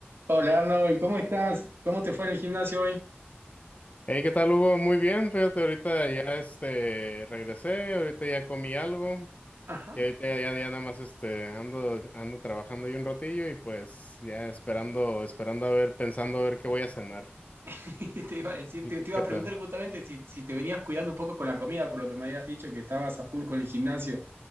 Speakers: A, on the right; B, on the left.
A: Hola Arnold, ¿cómo estás? ¿Cómo te fue en el gimnasio hoy?
B: Hey, ¿qué tal, Hugo? Muy bien, fíjate, ahorita ya este regresé, ahorita ya comí algo,
A: Ajá.
B: y ahorita ya, ya nada más este ando, ando trabajando ahí un ratillo y pues ya esperando, esperando a ver, pensando a ver qué voy a cenar.
A: <laughs> Te iba a decir,
B: ¿Y
A: te,
B: tú
A: te iba
B: qué
A: a preguntar
B: tal?
A: justamente si, si te venías cuidando un poco con la comida, por lo que me habías dicho que estabas a full con el gimnasio.